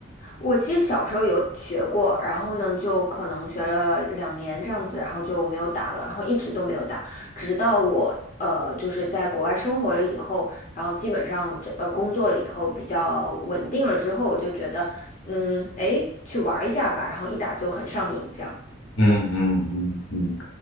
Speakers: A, on the left; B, on the left.
A: 我其实小时候有学过，然后呢，就可能学了两年这样子，然后就没有打了，然后一直都没有打，直到我呃就是在国外生活了以后，然后基本上这呃工作了以后比较稳定了之后，我就觉得嗯诶去玩儿一下吧，然后一打就很上瘾这样。
B: 嗯嗯嗯嗯。